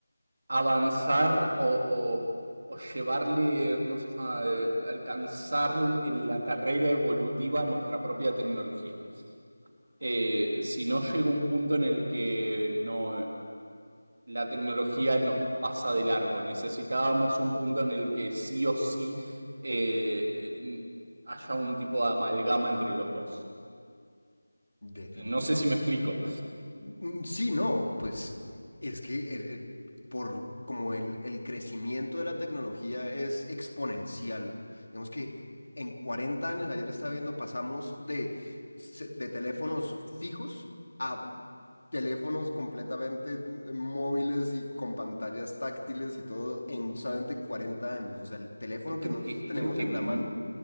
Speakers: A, on the right (about 50°); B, on the left (about 70°).
A: avanzar o, o- o llevarle, ¿cómo se llama?, Eh, alcanzar en la carrera evolutiva nuestra propia tecnología. Eh, si no llega un punto en el que no, la tecnología nos pasa de largo, necesitábamos un punto en el que sí o sí eh, eh, haya un tipo de amalgama entre los dos.
B: definitivo.
A: No sé si me explico.
B: Mm, Sí, no, pues es que el- el- por como el, el crecimiento de la tecnología es exponencial, digamos que en 40 años, ayer estaba viendo, pasamos de, se- de teléfonos fijos a teléfonos completamente móviles y con pantallas táctiles y todo en solamente 40 años. O sea, el teléfono
A: Y
B: que
A: Creo
B: nosotros
A: que,
B: tenemos
A: creo que
B: en
A: m-
B: la mano,